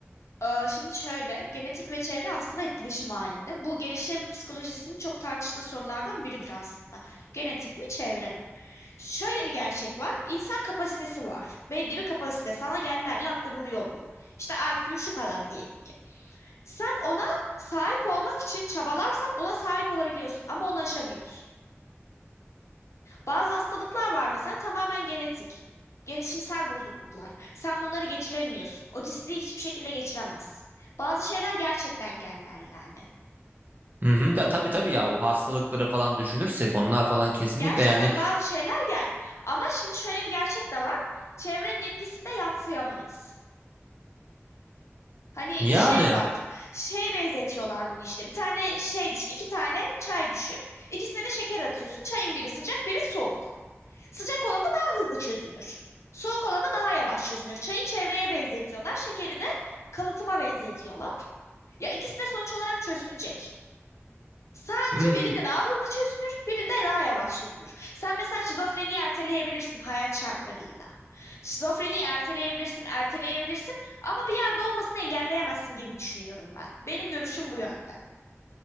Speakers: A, on the left; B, on the right.
A: e, Şimdi şöyle, genetik ve çevre aslında etkileşim halinde. Bu gelişim psikolojisinin çok tartıştığı sorulardan biridir aslında. Genetik mi, çevre mi? Şöyle bir gerçek var. İnsan kapasitesi var. Belli bir kapasite. Sana genlerle aktarılıyor bu. İşte IQ şu kadar diyelim ki. Sen ona sahip olmak için çabalarsan ona sahip olabiliyorsun ama onu aşamıyorsun. Bazı hastalıklar var mesela tamamen genetik. Gelişimsel bozukluklar. Sen bunları geçiremiyorsun. Otistiği hiçbir şekilde geçiremezsin. Bazı şeyler gerçekten genler yani.
B: Hı hı da tabii tabii ya o hastalıkları falan düşünürsek onlar falan kesinlikle
A: Gerçekten
B: yani
A: bazı şeyler gen. Ama şimdi şöyle bir gerçek de var. Çevrenin etkisinde yadsıyamayız. Hani
B: yani
A: şey var. Şeye benzetiyorlar bunu işte. Bir tane şey düşün. iki tane çay düşün. İkisine de şeker atıyorsun. Çayın biri sıcak, biri soğuk. Sıcak olan da daha hızlı çözünür. Soğuk olan da daha yavaş çözünür. Çayı çevreye benzetiyorlar, şekeri de kalıtıma benzetiyorlar. Ya ikisi de sonuç olarak çözünecek. Sadece
B: hmm,
A: birinde daha hızlı çözünür, birinde daha yavaş çözünür. Sen mesela şizofreniyi erteleyebilirsin hayat şartlarıyla. Şizofreniyi erteleyebilirsin, erteleyebilirsin ama bir yerde olmasını engelleyemezsin gibi düşünüyorum ben. Benim görüşüm bu yönde.